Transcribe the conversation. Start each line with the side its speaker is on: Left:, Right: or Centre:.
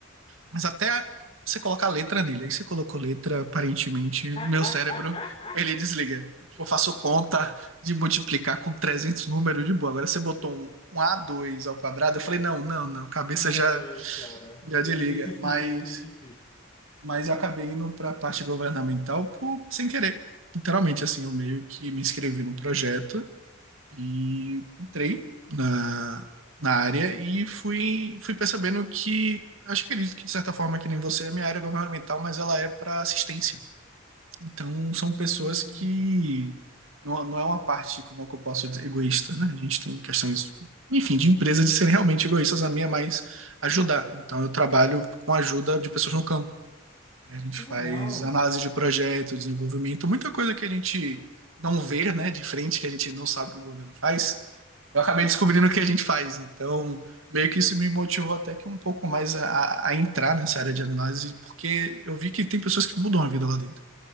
Right: mas até você colocar letra nele. Aí você colocou letra, aparentemente, meu
Left: <laughs>
Right: cérebro, ele desliga. Eu faço conta de multiplicar com 300 números de boa. Agora você botou um, um a dois ao quadrado, eu falei, não, não, não, cabeça
Left: É,
Right: já,
Left: cara,
Right: já
Left: me-
Right: desliga.
Left: eu me identifico,
Right: Mas,
Left: me identifico.
Right: mas eu acabei indo para a parte governamental por- sem querer. Literalmente, assim, eu meio que me inscrevi num projeto E entrei na, na área e fui, fui percebendo que, acho que acredito que de certa forma, que nem você, a minha área é governamental, mas ela é para assistência. Então, são
Left: Hum,
Right: pessoas que não, não é uma parte, como é que eu posso dizer, egoísta, né? A gente tem questões, enfim, de empresas de serem realmente egoístas, a minha é mais ajudar. Então, eu trabalho com a ajuda de pessoas no campo. A gente
Left: que
Right: faz
Left: legal.
Right: análise de projeto, desenvolvimento, muita coisa que a gente não vê, né, de frente, que a gente não sabe que o governo faz eu acabei descobrindo o que a gente faz. Então, meio que isso me motivou até que um pouco mais a, a- a entrar nessa área de análise, porque eu vi que tem pessoas que mudam a vida lá dentro.